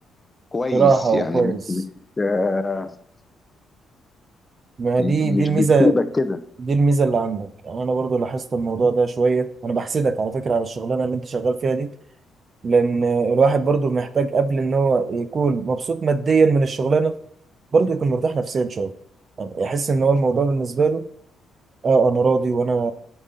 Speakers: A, on the left (about 20°); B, on the right (about 45°).
A: كويس
B: براحه وكويس
A: يعني مش مش آه،
B: ما
A: م-
B: دي دي
A: مش
B: الميزه
A: بتسيبك كده
B: دي الميزه اللي عندك يعني انا برضو لاحظت الموضوع ده شويه انا بحسدك على فكره على الشغلانه اللي انت شغال فيها دي لان الواحد برضو محتاج قبل ان هو يكون مبسوط ماديا من الشغلانه برضو يكون مرتاح نفسيا شويه يعني يحس ان هو الموضوع بالنسبه له اه انا راضي وانا